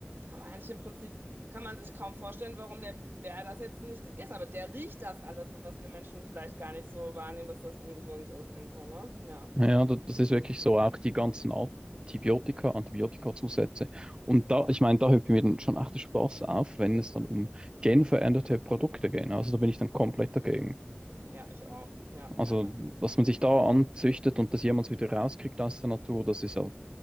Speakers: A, on the right; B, on the right.
A: Aber eigentlich im Prinzip, kann man sich kaum vorstellen, warum der Bär das jetzt nicht gegessen hat. Aber der riecht das alles, was wir Menschen vielleicht gar nicht so wahrnehmen, dass das ungesund ist und so, ne? Ja,
B: Ja, da- das ist wirklich so, auch die ganzen Antibiotika, Antibiotikazusätze. Und da, ich meine, da hört mir dann schon echt der Spaß auf, wenn es dann um genveränderte Produkte geht. Also da bin ich dann komplett dagegen.
A: ja, ich auch. Ja,
B: Also,
A: ja, ja.
B: was man sich da anzüchtet und das jemals wieder rauskriegt aus der Natur, das ist ja